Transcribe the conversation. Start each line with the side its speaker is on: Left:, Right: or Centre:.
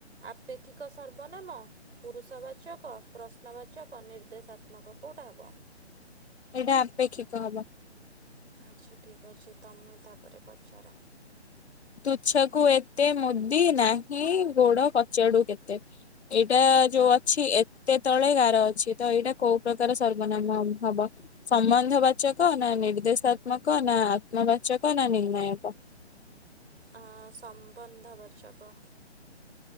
Right: ଆପେକ୍ଷିକ ସ ର୍ବନାମ ପୁରୁଷବାଚକ ପ୍ରଶ୍ନବାଚକ ନିର୍ଦ୍ଦେଶାତ୍ମକ କୋଉଟା ହବ?
Left: ଏଇଟା ଆପେକ୍ଷିକ ହବ।
Right: ଆଚ୍ଛା ଠିକ୍ ଅଛି ତମେ ତାପରେ ପଚାର।
Left: ତୁଛକୁ ଏତେ ମୁଦି ନାହିଁ ଗୋଡ କଚାଡୁ କେତେ। ଏଇଟା ଯୋଉ ଅଛି ଏତେ ତଳେ ଗାର ଅଛି ତ ଏଇଟା କୋଉ ପ୍ରକାର ସର୍ବନାମ ହବ? ସମ୍ବନ୍ଧବାଚକ ନା ନିର୍ଦ୍ଦେଶାତ୍ମକ ନା ଆତ୍ମବାଚକ ନା ନିର୍ଣ୍ଣାୟକ?
Right: ଆଁ ସମ୍ବନ୍ଧବାଚକ।